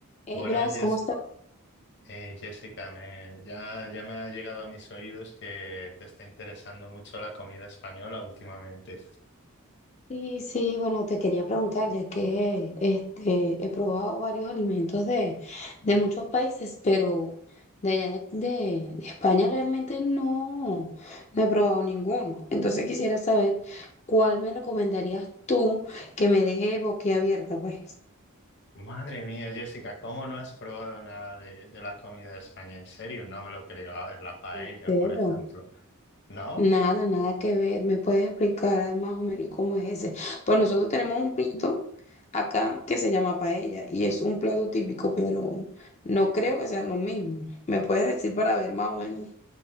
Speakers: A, on the left (about 30°); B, on the left (about 50°).
A: Hey
B: Bueno,
A: Bras,
B: Jess-
A: ¿cómo estás?
B: eh, Jessica, me- ya, ya me ha llegado a mis oídos que te está interesando mucho la comida española últimamente.
A: Sí, sí, bueno, te quería preguntar, ya que este, he probado varios alimentos de, de muchos países, pero de allá de, de- de España realmente no, no he probado ninguno. Entonces quisiera saber cuál me recomendarías tú que me deje boquiabierta, pues.
B: Madre mía, Jessica, ¿cómo no has probado nada de, de la comida de España? En serio, no me lo creo. A ver, la paella,
A: ¿En serio?
B: por ejemplo. ¿No?
A: Nada, nada que ver. ¿Me puedes explicar más o menos cómo es ese? Pues nosotros tenemos un plato acá que se llama paella y es un plato típico, pero no creo que sean lo mismo. ¿Me puedes decir para ver más o menos